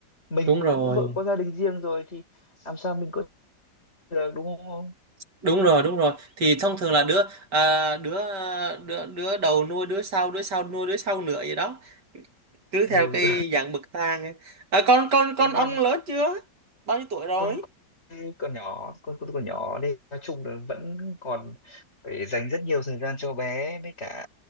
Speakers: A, on the left (about 35°); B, on the right (about 65°).
A: mình
B: đúng rồi
A: cũng cũng vợ có gia đình riêng rồi thì làm sao mình có được đúng không
B: đúng rồi đúng rồi thì thông thường là đứa à, đứa đứa đứa đầu nuôi đứa sau đứa sau nuôi đứa sau nữa vậy đó cứ
A: ừ
B: theo cái dạng bậc thang ấy. à, con con
A: <laughs> anh
B: con ông
A: em
B: lớn chưa bao nhiêu tuổi rồi
A: con con nhỏ con con con nhỏ đi nói chung là vẫn còn phải dành rất nhiều thời gian cho bé với cả